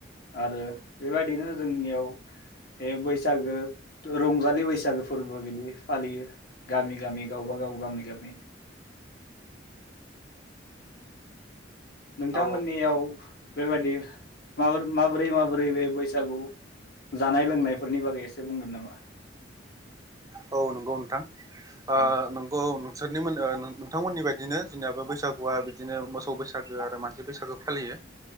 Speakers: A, on the left (about 55°); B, on the right (about 20°).
A: आरो बेबायदिनो जोंनियाव बे बैसागो रंजालि बैसागो फोरबो बिदि फालियो गामि गामि गावबा गाव गामि गामि । नोंथांमोननियाव
B: औ
A: बेबायादि माबोरै माबोरै बे बैसागु जानाय लोंनायफोरनि बागै एसे बुंगोन नामा?
B: औ नंगौ नोंथां ओ
A: औ
B: नोंगौ नो सोरनि मोनो नोंथांमोननि बायदिनो जोंनियाबो बैसागुआ बिदिनो मोसौ बैसागो आरो मानसि बैसागो फालियो